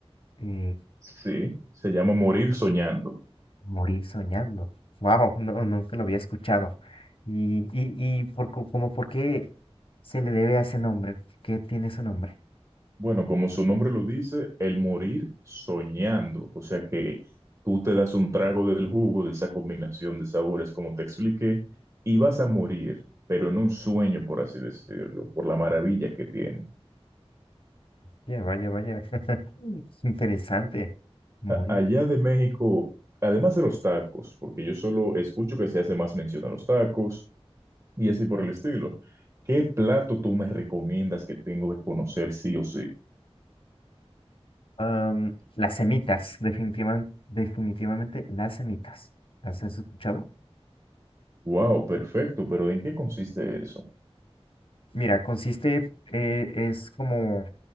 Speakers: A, on the left; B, on the right.
A: eh,
B: Sí, se llama morir soñando.
A: morir soñando. Wow, no, nunca lo había escuchado. Y, y, y por, co- como por qué se le debe a ese nombre. ¿Qué tiene ese nombre?
B: Bueno, como su nombre lo dice, el morir soñando, o sea que tú te das un trago del jugo de esa combinación de sabores, como te expliqué, y vas a morir, pero en un sueño, por así decirlo, por la maravilla que tiene.
A: Ya, vaya, vaya. <laughs> Interesante. Morir.
B: A- allá de México, además de los tacos, porque yo solo escucho que se hace más mención a los tacos y así por el estilo, ¿qué plato tú me recomiendas que tengo que conocer sí o sí?
A: Am, las semitas, definitivamente, definitivamente las semitas. ¿Las has escuchado?
B: Wow, perfecto, pero ¿en qué consiste eso?
A: Mira, consiste, eh, es como